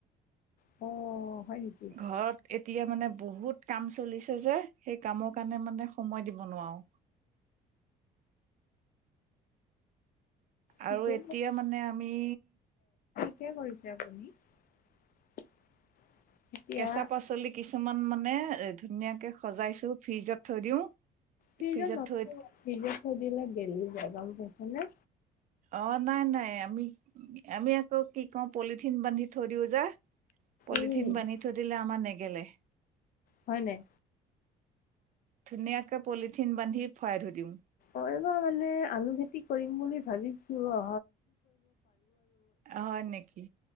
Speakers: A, on the left; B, on the right.
A: অ। হয় নেকি
B: ঘৰত এতিয়া মানে বহুত কাম চলিছে যে সেই কামৰ কাৰণে মানে সময় দিব নোৱাৰো।
A: ঠিকে
B: আৰু এতিয়া মানে আমি
A: কিয় কৰিছে আপুনি? এতিয়া
B: কেঁচা পাচলি কিছুমান মানে এ ধুনীয়াকে সজাইছো ফ্ৰিজত থৈ দিওঁ।
A: ফ্ৰীজত
B: ফ্ৰিজত
A: নথও
B: থৈ
A: আৰু, ফ্ৰীজত থৈ দিলে গেল
B: অ নাই নাই আমি আমি আকৌ কি কওঁ পলিথিন বান্ধি থৈ দিওঁ যে। পলিথিন
A: উম
B: বান্ধি থৈ দিলে আমাৰ নেগেলে।
A: হয় নাই?
B: ধুনীয়াকে পলিথিন বান্ধি ভৰাই থৈ দিও।
A: অবাৰ মানে আলু খেতি বুলি ভাবিছো্
B: হয় নেকি।